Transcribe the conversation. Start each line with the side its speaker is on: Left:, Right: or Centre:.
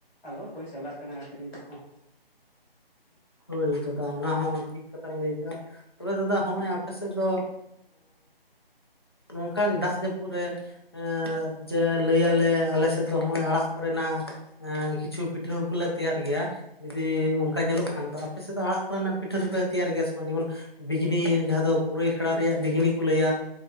Centre: ᱟᱫᱚ ᱚᱠᱚᱭ ᱪᱟᱞᱟᱜ ᱠᱟᱱᱟ ᱟᱠᱷᱨᱤᱧ ᱠᱚᱦᱚᱸ᱾
Left: ᱦᱳᱭ ᱫᱟᱫᱟ ᱚᱱᱟ ᱦᱚᱸ ᱴᱷᱤᱠ ᱠᱟᱛᱷᱟᱢ ᱞᱟᱹᱭ ᱠᱮᱫᱟᱜᱼᱟ᱾ ᱛᱚᱵᱮ ᱫᱟᱫᱟ ᱱᱚᱜᱼᱚᱭ ᱟᱯᱮ ᱥᱮᱫ ᱫᱚ ᱱᱚᱝᱼᱠᱟᱱ ᱫᱟᱜ ᱡᱟᱹᱯᱩᱫ ᱨᱮ ᱮ ᱡᱮ ᱞᱟᱹᱭᱟᱞᱮ ᱟᱞᱮ ᱥᱮᱫ ᱫᱚ ᱱᱚᱜᱼᱚᱭ ᱟᱲᱟᱜ ᱠᱚ ᱨᱮᱱᱟᱜ ᱮᱜᱸ ᱠᱤᱪᱷᱩ ᱯᱤᱴᱷᱟᱹ ᱦᱚᱠᱚᱞᱮ ᱛᱮᱭᱟᱨ ᱜᱮᱭᱟ ᱡᱩᱫᱤ ᱚᱱᱠᱟ ᱧᱮᱞᱚᱜᱼᱼ ᱵᱟᱠᱷᱟᱱ ᱟᱯ ᱥᱮᱫ ᱫᱚ ᱟᱲᱟᱜ ᱠᱚᱨᱮ ᱱᱟᱜ ᱯᱤᱴᱷᱟᱹ ᱫᱚᱯᱮ ᱛᱮᱭ ᱜᱮᱭᱟ ᱵᱟᱝ ᱡᱮᱢᱚᱱᱼᱼ ᱵᱤᱡᱽᱱᱤ ᱡᱟᱦᱟᱸ ᱫᱚ ᱯᱩᱨᱟᱹᱭ ᱠᱷᱲᱟ ᱨᱮᱭᱟᱜ ᱵᱜᱽᱱᱤ ᱠᱚ ᱞᱟᱹᱭᱟ